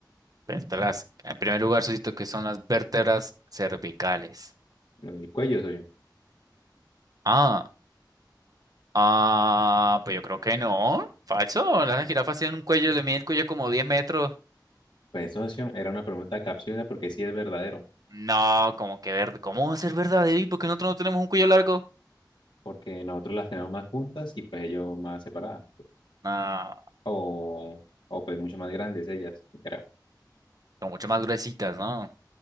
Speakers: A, on the right (about 55°); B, on the left (about 75°).
A: Vértebras. En primer lugar, socio, que son las vértebras cervicales.
B: Lo del cuello soy yo.
A: Ah, Ah, pues yo creo que no. Falso. Las jirafas tienen un cuello, le mide el cuello como 10 metros.
B: Pues socio, era una pregunta capciosa porque sí es verdadero,
A: No, como que verde. ¿Cómo va a ser verdadero? ¿Y por qué nosotros no tenemos un cuello largo?
B: porque nosotros las tenemos más juntas y pues ellos más separadas,
A: No,
B: o, o pues mucho más grandes ellas, Pero
A: son mucho más gruesitas, ¿no?